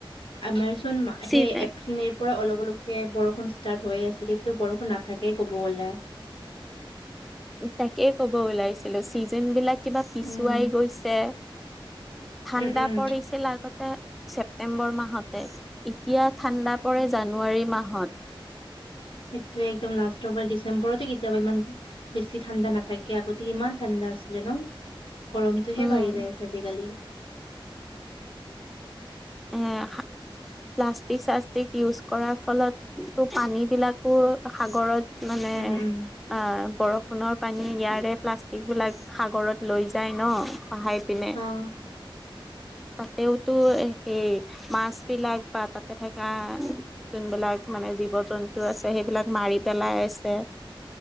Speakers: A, on the left; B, in the centre.
A: আমাৰ চোন
B: চি
A: সেই এপ্ৰিল মেপ পৰা অলপ অলপকে বৰষুণ ষ্টাৰ্ট হৈ আছিল তেতিয়াতো বৰষুণ নাথাকে ক'ব গ'লে।
B: তাকেই ক'ব ওলাইছিলো ছিজন বিলাক কিবা পিছুৱাই
A: উম
B: গৈছে। ঠাণ্ডা
A: উম উম
B: পৰিছিল আগতে। ছেপটেম্বৰ মাহতে এতিয়া ঠাণ্ডা পৰে জানুৱাৰী মাহত।
A: সেইটয়ে একদম লাষ্ট অফাৰ ডিচেম্বৰৰত কেতিয়াবা ইমান। বেছি ঠাণ্ডা নাথাকে আগতে ইমান ঠাণ্ডা আছিলে ন। গৰমটোহে
B: উম
A: বাঢ়ি যায়ছে আজিকালি।
B: অ হাঁ। প্লাষ্টিক চাষ্টিক ইউজ কৰাৰ ফলতো পানীবিলাকো সাগৰত। মানে
A: উম
B: অ
A: উম
B: বৰষুণৰ পানী ইয়াৰে প্লাষ্টিক বিলাক। সাগৰত লৈ যায় ন খহাই পিনে।
A: অ।
B: তাতেওতো এ। এই মাছবিলাক বা তাতে থকা যোনবিলাক মানে জীব। জন্তু আছে সেইবিলাক মাৰি পেলাই আছে।